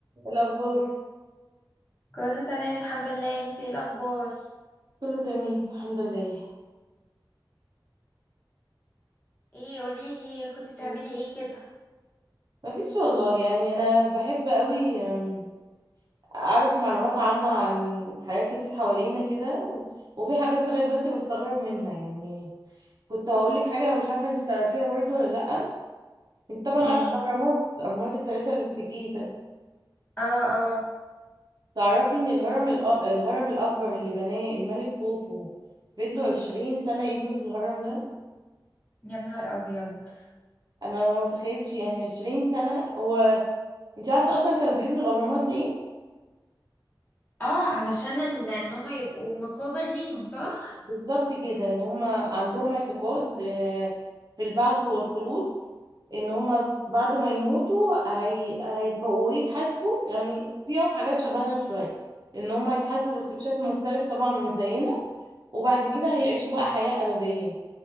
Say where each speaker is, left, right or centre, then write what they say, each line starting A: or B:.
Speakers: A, on the right; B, on the left.
A: الأخبار
B: كله تمام الحمد لله انتي ايه الاخبار
A: كله تمام الحمد لله
B: ايه قوليلي كنتي بتعملي
A: مم.
B: ايه كده
A: مفيش والله يعني أنا بحب قوي أم، أعرف معلومات عامة عن حاجات كتير حوالينا كده و... وفي حاجات لغاية دلوقتي بستغرب منها يعني كنت هقولك حاجة أنا مش عارفة أنت تعرفيها برضو ولا لأ أنت طبعا
B: ايه
A: عارفة الأهرامات الأهرامات التلاتة اللي في الجيزة
B: اه اه
A: تعرفي إن الهرم الأ... الهرم الأكبر اللي بناه الملك خوفو فضلوا 20 سنة يبنوا في الهرم ده
B: يا نهار ابيض
A: أنا ما متخيلش يعني 20 سنة هو أنت عارفة أصلا كانوا بيبنوا الأهرامات ليه؟
B: اه علشان ال- ان هما يبقوا مقابر ليهم صح
A: بالظبط كده ان هم عندهم اعتقاد آه، في البعث والخلود ان هم بعد ما يموتوا هي... هيبقوا يتحاسبوا يعني فيهم حاجات شبهنا شوية ان هم هيتحاسبوا بس بشكل مختلف طبعا مش زينا وبعد كده هيعيشوا
B: بس-
A: بقى حياة أبدية